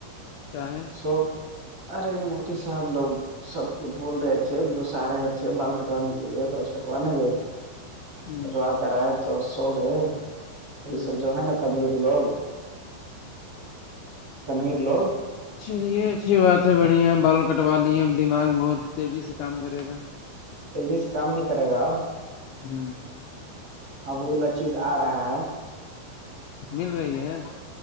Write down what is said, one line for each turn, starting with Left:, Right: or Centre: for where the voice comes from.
Left: چاہیں
Right: سو ارے موتی صاحب لو سب کے بول رہے تھے گھسا رہے تھے بال کٹوانے کےئے تھج کٹوانے گئے تھے
Left: ہوں
Right: کتوا کراائے تو سو گئے یہ
Left: ہوں
Right: سب جو ہے نا تبیت لوگ تن کے لوگ
Left: چلیے اچھی بات ہے بڑھیا بال کٹوا لیے دماغ بہت تیزی سے کام کرے گا
Right: انگلش کام نہیں کرے گا اب
Left: ہمم
Right: اب وہ والا چیز آ رہا ہے
Left: مل رہی ہے